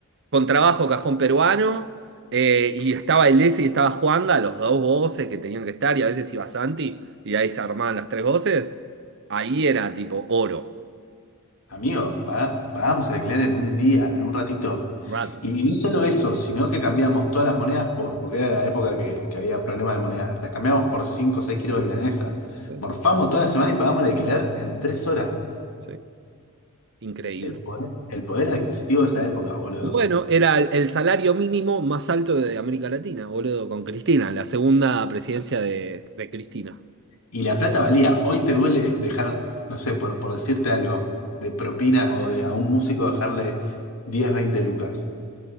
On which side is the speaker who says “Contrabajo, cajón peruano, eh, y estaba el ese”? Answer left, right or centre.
Right